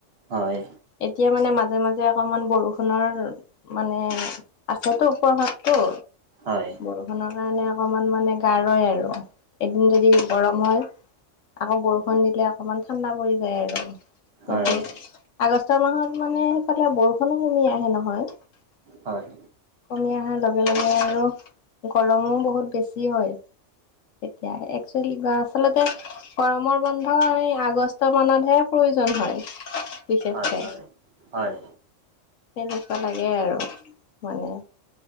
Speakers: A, on the right; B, on the left.
A: হয়।
B: এতিয়া মানে মাজে মাজে অকমান বৰষুণৰ মানে আছেতো প্ৰভাৱটো।
A: হয়।
B: বৰষুণৰ কাৰণে অকমান মানে গা ৰয় আৰু, এদিন দুদিন গৰম হয়। আকৌ বৰষুণ দিলে অকমান ঠাণ্ডা পৰি যায় আৰু, সেইটোৱে।
A: হয়
B: আগষ্ট মাহত মানে সেইফালে বৰষুণো কমি আহে নহয়।
A: হয়।
B: কমি অহাৰ লগে লগে আৰু। গৰমো বহুত বেছি হয়, তেতিয়া একচলি বা- আচলতে গৰমৰ বন্ধ আমি আগষ্ট মানতহে প্ৰয়োজন হয়। বিশিষকে,
A: হয় হয় হয়
B: তেনেকুৱা লাগে আৰু মানে।